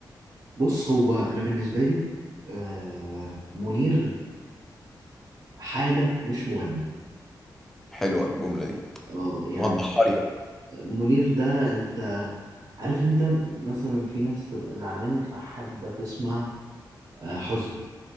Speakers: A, on the right (about 50°); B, in the centre.
A: بص هو انا بالنسبة لي آه منير حالة مش مغني
B: حلوه الجمله دي
A: اه يعني
B: وضحها لي بقى
A: منير ده انت عارف انت مثلا في ناس تبقى زعلانة فحابة تسمع آه، حزن